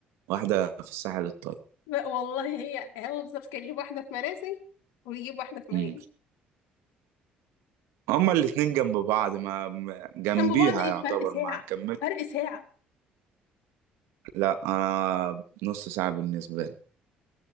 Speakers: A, on the right; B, on the left.
A: واحده في الساحل الطيب
B: بقى والله هي هو بالظبط كان يجيب واحدة في مراسي ويجيب واحدة في
A: مم.
B: مريم
A: هما الاتنين جنب بعض ما ما- جنبيها
B: جنب بعض ايه
A: يعتبر
B: فرق ساعة
A: ما كملت
B: فرق ساعة
A: لا انا نص ساعه بالنسبه لي